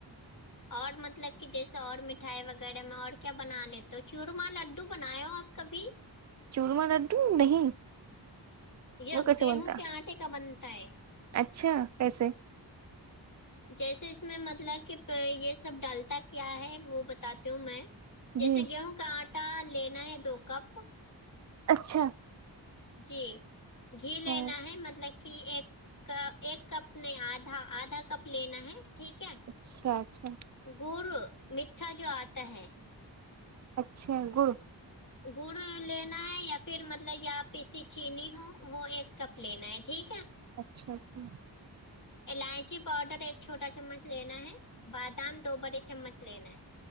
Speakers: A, on the left; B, on the right.
A: اور مطلب کہ جیسے اور مٹھائی وغیرہ میں اور کیا بنا ل تو چورمہ لڈو بنائے ہو آپ کبھی
B: چوورما لڈو نہیں
A: یہ
B: وہ کیسے
A: گیہوں
B: بنتا
A: کے آٹے کا بنتا ہے
B: اچھا کیسے
A: جیسے اس میں مطلب کہ یہ سب ڈالتا کیا ہے وہ بتاتی ہوں میں جیسے
B: جی
A: گیہوں کا آٹا لینا ہے دو کپ
B: اچھا
A: جی گھی لینا
B: ہاں
A: ہے مطلب کی ایک ایک کپ نہیں آدھا آدھا کپ لینا ہے ٹھیک ہے
B: اچھا اچھا
A: گڑ میٹھا جو آتا ہے
B: اچھا گڑ
A: گڑ لینا ہے یا پھر مطلب یا پیسیی چینی ہو وہ ایک کپ لینا ہے ٹھیک ہے
B: اچھا جی
A: الائچی پاؤڈر ایک چھوٹا چمچ لینا ہے بادام دو بڑے چمچ لینا ہے